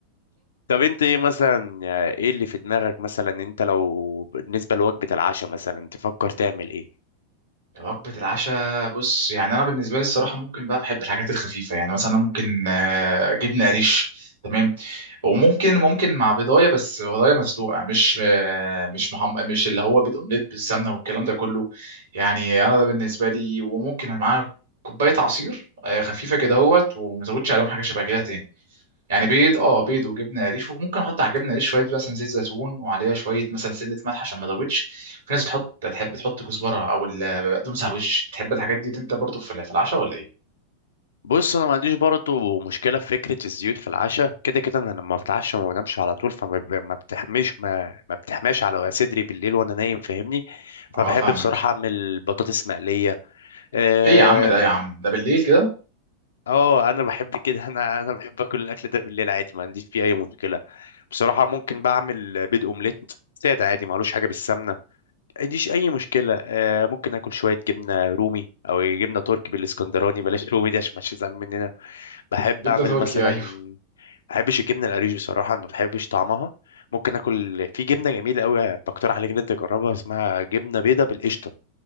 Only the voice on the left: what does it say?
طب انت ايه مثلا ايه اللي في دماغك مثلا انت لو بالنسبه لوجبه العشاء مثلا تفكر تعمل ايه
بص انا ما عنديش برضه مشكله في فكره الزيوت في العشاء كده كده انا لما بتعشى ما بنامش على طول فما ب- ما بتحمش ما, ما بتحماش على صدري بالليل وانا نايم فاهمني
فبحب
بصراحه اعمل بطاطس مقليه آم،
اه انا بحب كده <laughs> انا انا بحب اكل الاكل ده بالليل عادي ما عنديش فيه اي مشكله بصراحه ممكن بعمل بيض اومليت ساده عادي معلوش حاجه بالسمنه ما عنديش اي مشكله آه، ممكن اكل شويه جبنه رومي او جبنه تركي بالاسكندراني بلاش رومي دي عشان ما تزعل مننا بحب
اعمل
مثلا
ما بحبش الجبنه القريش بصراحه انا ما بحبش طعمها ممكن اكل في جبنه جميله قوي بقترح عليك ان انت تجربها اسمها جبنه بيضه بالقشطه